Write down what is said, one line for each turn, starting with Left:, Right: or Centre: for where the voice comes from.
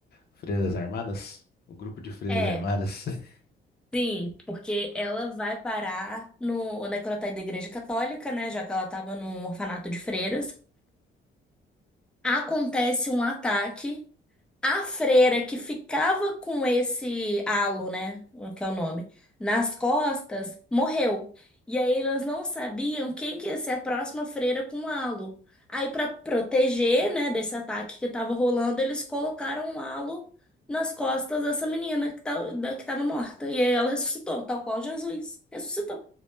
Left: freiras armadas? O grupo de freiras
Centre: É,
Left: armadas? <laughs>
Centre: sim, porque ela vai parar no necrotério da Igreja Católica, né? Já que ela estava num orfanato de freiras. acontece um ataque. A freira que ficava com esse halo, né? o Que é o nome, nas costas, morreu. E aí elas não sabiam quem que ia ser a próxima freira com halo. Aí, para proteger, né, desse ataque que estava rolando, eles colocaram um halo nas costas dessa menina que, tá, que tava morta. E aí ela ressuscitou, tal qual Jesus ressuscitou.